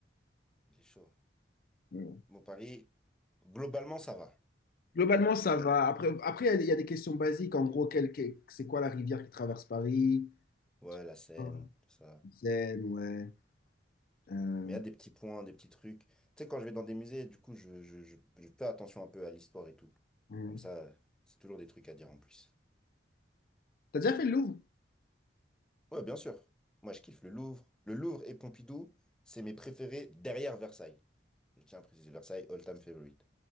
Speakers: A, in the centre; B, on the left (about 50°).
A: il est chaud.
B: Bon.
A: Bon, Paris, globalement, ça va.
B: Globalement,
A: Globalement.
B: ça va. Après, après, il y a il y a des questions basiques. En gros, quel, quel- c'est quoi la rivière qui traverse Paris?
A: Ouais, la scène,
B: Ouais.
A: tout ça.
B: Seine, ouais. Euh,
A: Mais il y a des petits points, des petits trucs. Tu sais, quand je vais dans des musées, du coup, je, je, je, je fais attention un peu à l'histoire et tout.
B: hum.
A: Comme ça, c'est toujours des trucs à dire en plus.
B: T'as déjà fait le Louvre?
A: Ouais, bien sûr. Moi, je kiffe le Louvre. Le Louvre et Pompidou, c'est mes préférés derrière Versailles. Je tiens à préciser Versailles, all-time favorite.